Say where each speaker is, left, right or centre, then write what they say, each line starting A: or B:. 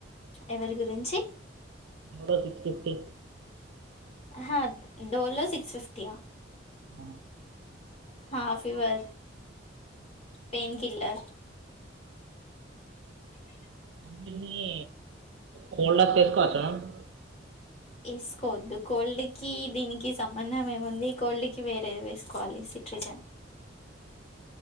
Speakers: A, on the left; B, on the right.
A: ఎవరి గురించి
B: మూల తిప్పతి
A: అహ డోలో సిక్స్ ఫిఫ్టీయా
B: అవను
A: హా ఫీవర్ పెయిన్ కిల్లర్ అ <unintelligible>
B: కాని కోల్డస్తే ఏసుకోవచ్చా మేడం
A: ఏసుకోవద్దు కోల్డ్ కి దీనికి సంబంధం ఏముంది కోల్డ్ కి వేరేది వేసుకోవాలి సిట్రిజన్